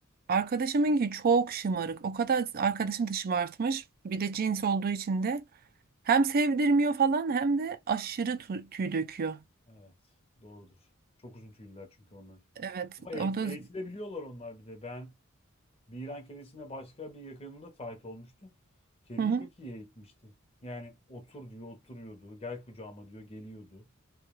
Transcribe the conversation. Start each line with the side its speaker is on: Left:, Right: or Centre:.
Right: Arkadaşımınki çok şımarık. O kadar arkadaşım da şımartmış. Bir de cins
Left: Hmm.
Right: olduğu için de hem sevdirmiyor falan hem de aşırı tü- tüy döküyor.
Left: Evet, doğrudur. Çok uzun tüylüler çünkü onlar.
Right: Evet,
Left: Ama eğit-
Right: o da
Left: eğitilebiliyorlar onlar bir de. Ben bir İran kedisine başka bir yakınımda tahit olmuştum. Kediyi
Right: hı hı,
Left: çok iyi eğitmişti. Yani otur diyor, oturuyordu. Gel kucağıma diyor, geliyordu.